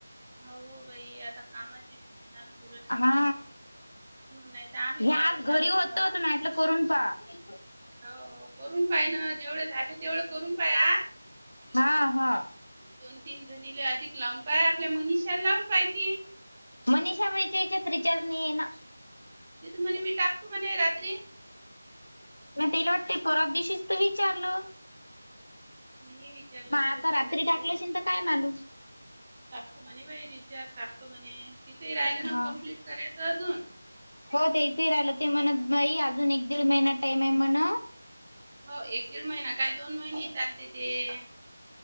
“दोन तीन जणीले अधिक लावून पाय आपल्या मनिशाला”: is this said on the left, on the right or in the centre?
Right